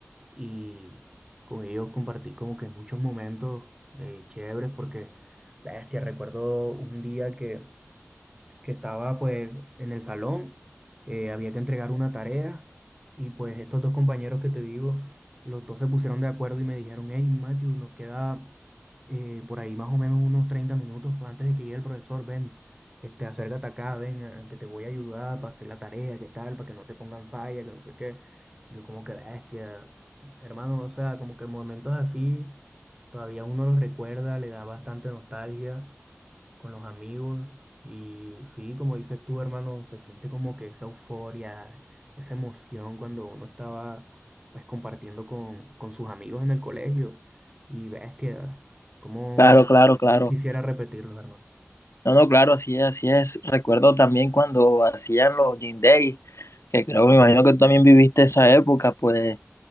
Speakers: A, on the right; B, on the left.
A: Y con ellos compartí como que muchos momentos eh, chéveres porque, bestia, recuerdo un día que que estaba pues en el salón, eh, había que entregar una tarea y pues estos dos compañeros que te digo, los dos se pusieron de acuerdo y me dijeron, hey Matthew, nos queda eh, por ahí más o menos unos 30 minutos antes de que llegue el profesor, ven, este, acércate acá, ven, eh, que te voy a ayudar para hacer la tarea, qué tal, para que no te pongan falla, que no sé qué. Y yo como que bestia, hermano, o sea, como que momentos así, todavía uno los recuerda, le da bastante nostalgia con los amigos. Y sí, como dices tú, hermano, se siente como que esa euforia, esa emoción cuando uno estaba pues compartiendo con, con sus amigos en el colegio. Y bestia, cómo,
B: Claro, claro, claro.
A: cómo quisiera repetirlo, hermano.
B: No, no, claro, así es, así es. Recuerdo también cuando hacían los Gym Days, que creo, me imagino que tú también viviste esa época, pues,